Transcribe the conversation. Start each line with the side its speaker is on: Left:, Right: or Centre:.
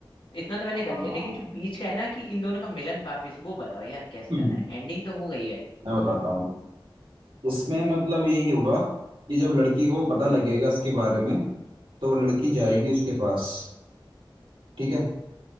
Left: इतना तो मैंने
Right: हाँ
Left: कर लिया लेकिन जो बीच का है ना कि इन दोनों का मिलन वापिस वो बताओ यार कैसे
Right: हम्म,
Left: करना है एंडिंग तो हो गई है
Right: मैं बताता हूँ इसमें मतलब यही होगा कि जब लड़की को पता लगेगा इसके बारे में तो वो लड़की जाएगी
Left: हम्म
Right: उसके पास ठीक है